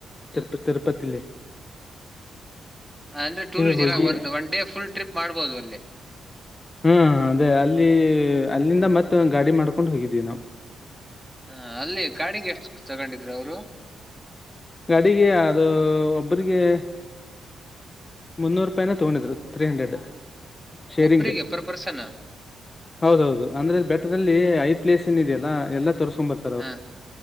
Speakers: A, on the left; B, in the centre.
A: ತಿರುಪ ತಿರುಪತಿಲ್ಲ.
B: ಅಂದ್ರೆ ಟೂರ್ ಇದೆಲ್ಲ
A: ಹೋಗಿ
B: ಒಂದ್ ಒಂಡೇ ಫುಲ್ ಟ್ರಿಪ್ ಮಾಡ್ಬೋದು ಅಲ್ಲೇ.
A: ಹ್ಮ ಅದೇ ಅಲ್ಲಿ ಅಲ್ಲಿಂದ ಮತ್ತ ಗಾಡಿ ಮಾಡ್ಕೊಂಡ್ ಹೋಗಿದ್ವಿ ನಾವು.
B: ಹ ಅಲ್ಲಿ ಗಾಡಿಗೆ ಎಷ್ಟು ತಗೊಂಡಿದ್ರು ಅವ್ರು.
A: ಕಡಿಗೆ ಅದು ಒಬ್ಬ್ರಿಗೆ- ಮುನ್ನೂರು ರೂಪಾಯನ ತಗೊಂಡಿದ್ರು ತ್ರೀ ಹಂಡ್ರೆಡ್. ಶೇರಿಂಗ್
B: ಒಬ್ರಿಗೇ ಪರ್ ಪರ್ಸನು.
A: ಹೌದೌದು ಅಂದ್ರೆ ಬೆಟದಲ್ಲಿ ಐದ್ ಪ್ಲೇಸ್ ಏನ ಇದೆಯಲ್ಲ ಎಲ್ಲ ತೋರ್ಕೊಂಬರ್ತ್ತ.
B: ಹಾ,